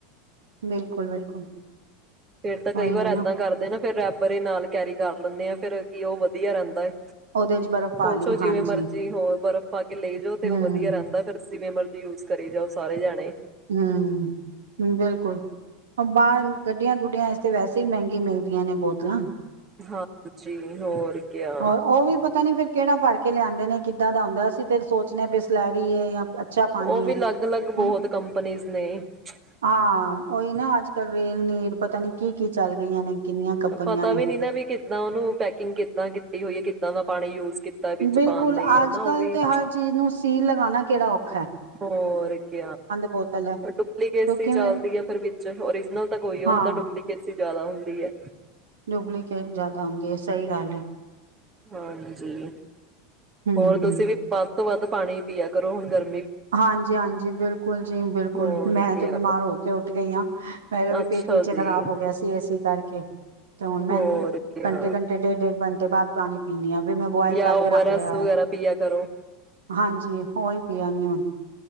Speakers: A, on the right; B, on the right.
A: ਬਿਲਕੁਲ ਬਿਲਕੁਲ
B: ਫੇਰ ਤਾਂ
A: ਉਹੀ
B: ਕਈ ਵਾਰ
A: ਹੈ
B: ਇਏਦਾਂ
A: ਨਾ
B: ਕਰਦੇ ਨਾ ਫਿਰ ਪਰ ਏ ਨਾਲ ਕੈਰੀ ਕਰ ਲੈਂਦੇ ਆਾਂ ਫੇਰ ਕੀ ਉਹ ਵਧੀਆ ਰਹਿੰਦਾ ਏ
A: ਉਹਦੇ ਚ ਬਰਫ਼ ਪਾ
B: ਸੋਚੋ
A: ਲਈ
B: ਜਿਵੇਂ
A: ਹਾਂਜੀ
B: ਮਰਜੀ ਹੋਰ ਪਰ ਪਾ ਕੇ ਲੈ ਜਾਓ ਤੇ
A: ਹਮ
B: ਉਹ ਵਧੀਆ ਰਹਿੰਦਾ ਫਿਰ ਜਿਵੇਂ ਮਰਜ਼ੀ ਯੂਜ ਕਰੀ ਜਾਓ ਸਾਰੇ ਜਾਣੇ।
A: ਹਮ ਬਿਲਕੁਲ ਬਾਹਰ ਗੱਡੀਆਂ ਗੁੱਡੀਆਂ ਇਸ ਤੇ ਵੈਸੇ ਹੀ ਮਹਿੰਗੀ ਮਿਲਦੀਆਂ ਨੇ ਬੋਤਲਾਂ
B: ਹਾਂ ਜੀ। ਤੇ ਹੋਰ ਕਿਆ
A: ਹੋਰ ਉਹ ਵੀ ਪਤਾ ਨੀ ਫੇਰ ਕਿਹੜਾ ਪਰ ਕੇ ਕੇ ਲਿਆਂਦੇ ਨੇ ਕਿੱਦਾਂ ਦਾ ਆਉਂਦਾ ਅਸੀਂ ਤੇ ਸੋਚਣੇ ਹਾਂ ਬਸਲੈਰੀਏ ਜਾਂ ਅੱਛਾ ਪਾਣੀ
B: ਉਹ ਵੀ
A: ਹੈ
B: ਅਲੱਗ ਅਲੱਗ ਬਹੁਤ
A: ਹੁਣ
B: ਕੰਪਨੀਜ਼ ਨੇ। <inaudible>
A: ਹਾਂ ਉਹੀ ਨਾ ਅੱਜ ਕੱਲ ਰੇਲ ਨੀਰ ਪਤਾ ਨੀ ਕੀ ਕੀ ਚੱਲ ਗਈਆਂ ਨੇ। ਕਿੰਨੀਆਂ ਕੰਪਨੀਆਂ
B: ਪਤਾ
A: ਨੇ
B: ਵੀ ਨੀ ਨਾ ਵੀ ਕਿੱਦਾਂ ਉਹਨੂੰ ਪੈਕਿੰਗ ਕਿੱਦਾਂ ਟੀ ਹੋਈ ਹੈ ਕਿੱਦਾਂ ਦਾ ਪਾਣੀ ਯੂਜ ਕੀਤਾ ਵਿੱਚ
A: ਬਿਲਕੁਲ
B: ਪਾਣ ਲਈ
A: ਅੱਜ
B: ਹਨਾ
A: ਕੱਲ
B: ਉਹ ਵੀ
A: ਤੇ ਹਰ ਚੀਜ਼ ਨੂੰ ਸੀਲ ਲਗਾਣਾ ਕਿਹੜਾ ੳ
B: ਹੋਰ ਕ
A: ਬੋਤਲ ਹੈ
B: ਡੁਪਲੀਕੇਸੀ
A: ਕਿਉਂਕਿ
B: ਚੱਲਦੀ ਹੈ ਫਿਰ ਵਿੱਚ ਓਰਜਨਲ ਤਾਂ ਕੋਈ ਉਹ
A: ਹਾਂ
B: ਹੁੰਦਾ ਡੁਪਲੀਕੇਸੀ ਜ਼ਿਆਦਾ ਹੁੰਦੀ ਏ।
A: ਡੁਪਲੀਕੇਟ ਜ਼ਿਆਦਾ ਹੁੰਦੀ ਏ ਸਹੀ ਗੱਲ ਏ।
B: ਹਾਂਜੀ
A: ਹੂੰ।
B: ਹੋਰ ਤੁਸੀਂ ਵੀ ਵੱਧ ਤੋਂ ਵੱਧ ਪਾਣੀ ਪੀਆ ਕਰੋ ਹੁਣ ਗਰ
A: ਹਾਂਜੀ -ਹਾਂਜੀ ਬਿਲਕੁਲ ਜੀ ਬਿਲਕੁਲ
B: ਹੋਰ
A: ਮੈਂ
B: ਕਿਆ
A: ਤੇ ਬਿਮਾਰ ਹੋ ਕੇ ਉੱਠ ਗਈ ਹਾਂ ਮੇਰਾ ਵੀ
B: ਅੱਛਾ
A: ਪੇਟ ਪਿੱਛੇ
B: ਜੀ
A: ਖ਼ਰਾਬ ਹੋ ਗਿਆ ਸੀ ਇਸੇ ਕਰਕੇ ਤੇ ਹੁਣ ਮੈਂ
B: ਹੋਰ ਕਿਆ
A: ਘੰਟੇ ਘੰਟੇ ਡੇਢ ਡੇਢ ਬੰਟ ਬਾਅਦ ਪਾਣੀ ਪੀਂਣੀ ਆਂ। ਵੀ ਮੈਂ ਬੁਆਇਲ
B: ਜਾਂ
A: ਕਰਕੇ
B: ਓ
A: ਰੱਖ
B: ਆਰ ਐਸ
A: ਲਿਆ ਹੋਇਆ
B: ਵਗੈਰਾ ਪੀਆ ਕਰੋ
A: ਹਾਂਜੀ ਉਹੀ ਪੀਅ <inaudible>